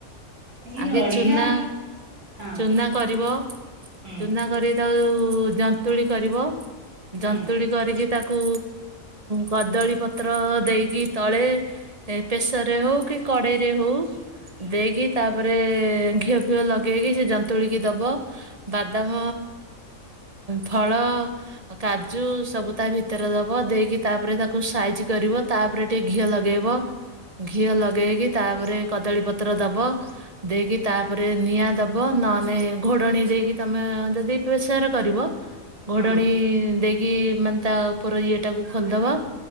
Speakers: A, on the right; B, on the right.
A: ଏଇ
B: ଆଗେ
A: ନଡିଆ
B: ଚୁନା
A: ହଁ
B: ଚୁନା କରିବ
A: ହୁଁ
B: ଚୁନା କରି ତାକୁ ଉ ଉ ଜନ୍ତୁଳି କରିବ।
A: ହୁଁ
B: ଜନ୍ତୁଳି କରିକି ତା କୁ କଦଳୀ ପତ୍ର ଦେଇକି ତଳେ ପ୍ରେସରରେ ହଉ କି କଡ଼େଇରେ ହଉ ଦେଇକି ତାପରେ ଘିଅ ଫିଅ ଲଗାଇକି ସେ ଯନ୍ତୁଳିକି ଦେବ ବାଦାମ ଫଳ କାଜୁ ସବୁ ତା ଭିତରେ ଦେବ ଦେଇକି ତାପରେ ତାକୁ ସାଇଜ୍ କରିବ ତାପରେ ଟିକିେ ଘିଅ ଲଗାଇବ ଘିଅ ଲଗାଇକି ତାପରେ କଦଳୀପତ୍ର ଦେବ। ଦେଇକି ତାପରେ ନିଆଁ ଦବ ନହେଲେ ଘୋଡଣୀ ଦେଇକି ତମେ ଯଦି ପେସର କରିବ ଘୋଡଣୀ
A: ହଁ।
B: ଦେଇକି ମାନେ ତା ଉପର ଇଏ ପିଠାକୁ ଖୋଲିଦବା